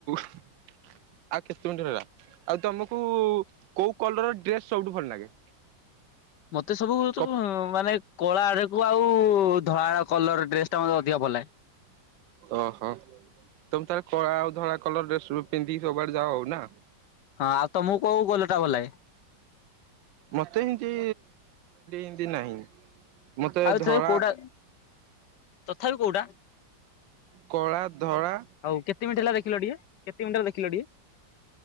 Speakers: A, on the right (about 80°); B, on the left (about 70°).
A: ଆଉ କେତେ ମ ହେଲା ଆଉ ତମକୁ କୋଉ କଲର ଡ୍ରେସ ସବୁଠୁ ଭଲ ଲାଗେ
B: ମତେ ସବୁ
A: କପ୍
B: ମାନେ କଳା ଆଡକୁ ଆଉ ଧଳା ଆଡ କଲର ଡ୍ରେସ ଟା ମତେ ଅଧିକ ଭଲ ଲାଗେ।
A: ଓ ହୋ ତମେ ତାର କଳା ଆଉ ଧଳା କଲର ଡ୍ରେସ ପିଧିକି ସବୁବେଡ ଯାଅ ହଉ ନା
B: ହଁ ଆଉ ତମକୁ କୋଉ କଲର ଟା ଭଲ ଲାଗେ?
A: ମତେ ଏମତି ଏମତି ନାହିଁ ମତେ
B: ଆଉ ତଥାପି
A: ଧଳା
B: କୋଉଟା ତଥାପି କୋଉଟା
A: କଳା ଧଳା
B: ଆଉ କେତେ ମିନିଟ ହେଲା ଦେଖିଲ ଟିକେ କେତେ ମିନିଟ ଦେଖିଲ ଟିକେ